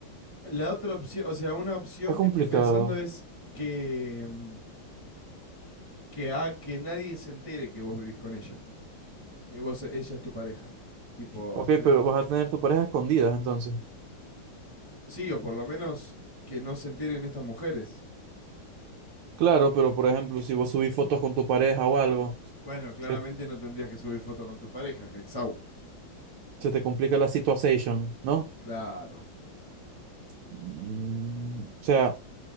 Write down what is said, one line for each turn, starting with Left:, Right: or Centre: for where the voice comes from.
Left: La otra opción, o sea, una opción
Right: Está complicado.
Left: que estoy pensando es que, mm, que, ha- que nadie se entere que vos vivís con ella. Que vos, ella es tu pareja. Tipo,
Right: Ok,
Left: de-
Right: pero vas a tener tu pareja escondidas entonces.
Left: sí, o por lo menos que no se enteren estas mujeres.
Right: Claro, pero por ejemplo, si vos subís fotos con tu pareja o algo,
Left: Bueno, claramente
Right: se,
Left: no tendrías que subir foto con tu pareja, Hexau.
Right: se te complica la situación, ¿no?
Left: Claro.
Right: Mm, o sea,